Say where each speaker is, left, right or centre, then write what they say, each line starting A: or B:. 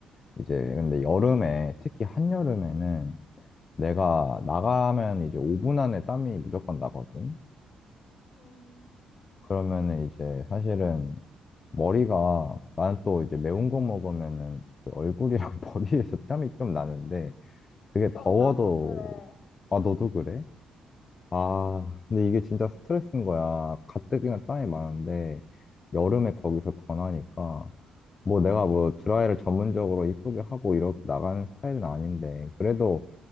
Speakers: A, on the left (about 40°); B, on the left (about 55°).
A: 이제 근데 여름에 특히 한여름에는 내가 나가면 이제 5분 안에 땀이 무조건 나거든.
B: 음.
A: 그러면은 이제 사실은 머리가 나는 또 이제 매운 거 먹으면은 그 얼굴이랑 <laughs> 머리에서 땀이 좀 나는데 그게
B: 어,
A: 더워도
B: 나도 그래. 응,
A: 아 너도 그래? 아
B: 응,
A: 근데 이게 진짜 스트레스인 거야. 가뜩이나 땀이 많은데 여름에 거기서 더 나니까 뭐 내가 뭐 드라이를 전문적으로 이쁘게 하고 이렇게 나가는 스타일은 아닌데 그래도